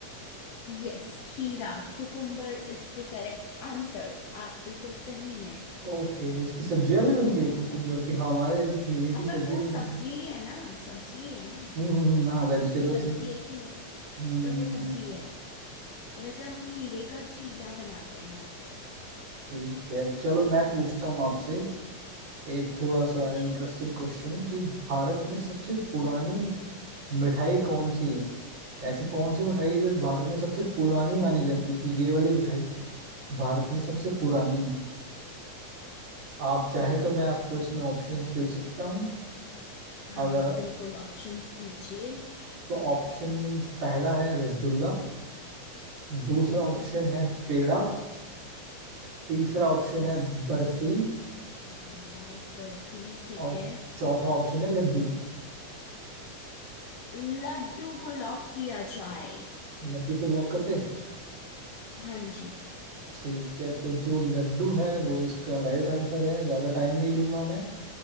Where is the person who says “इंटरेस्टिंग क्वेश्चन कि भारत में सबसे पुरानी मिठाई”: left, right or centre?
Right